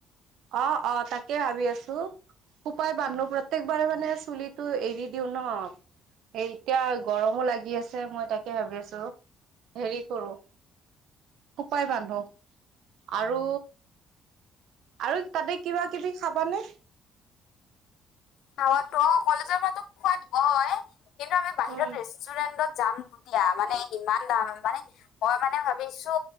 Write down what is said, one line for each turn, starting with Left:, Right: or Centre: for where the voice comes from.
Right: অ অ তাকে ভাবি আছো। খোপাই বান্ধো, প্ৰত্যেকবাৰে মানে চুলিটো এৰি দিওঁ ন। এই এতিয়া গৰমো লাগি আছে, মই তাকে ভাবি আছো হেৰি কৰো, খোপাই বান্ধো। আৰু আৰু তাতে কিবা কিবি খাবানে?
Left: খাৱ তো কলেজৰ পৰা খোৱাত কয়। কিন্তু আমি বাহিৰত
Right: উম
Left: ৰেষ্টুৰেন্টত যাম। এতিয়া মানে, ইমান দাম মানে মই মানে ভাবিছো